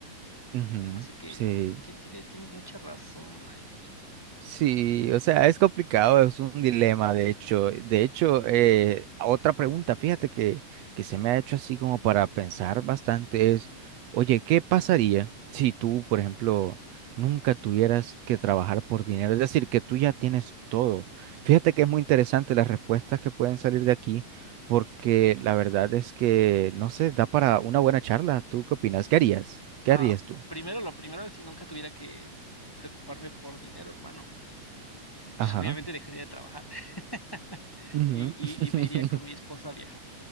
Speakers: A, on the right (about 70°); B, in the centre.
A: ujú,
B: Así que
A: Sí.
B: uy, tien- tiene, tienes mucha razón ahí.
A: Sí, o sea, es complicado, es un dilema, de hecho. De hecho, eh, otra pregunta, fíjate que, que se me ha hecho así como para pensar bastante es, oye, ¿qué pasaría si tú, por ejemplo, nunca tuvieras que trabajar por dinero? Es decir, que tú ya tienes todo. Fíjate que es muy interesante las respuestas que pueden salir de aquí, porque la verdad es que, no sé, da para una buena charla. ¿Tú qué opinas? ¿Qué harías? ¿Qué
B: Ah,
A: harías tú?
B: primero, lo primero, si nunca tuviera que preocuparme por dinero, hermano, pues
A: Ajá.
B: <laughs> obviamente dejaría de trabajar <laughs>
A: Ujú.
B: y,
A: <laughs>
B: y, y me iría con mi esposa a viajar.